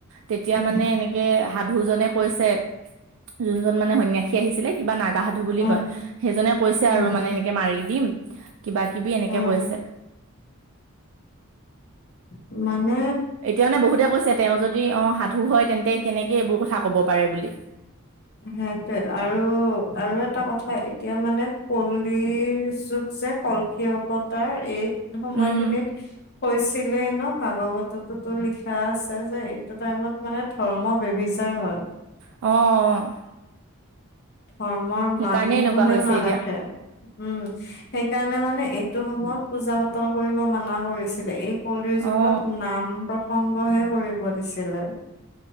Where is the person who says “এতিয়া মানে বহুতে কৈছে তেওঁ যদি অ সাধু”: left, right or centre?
Right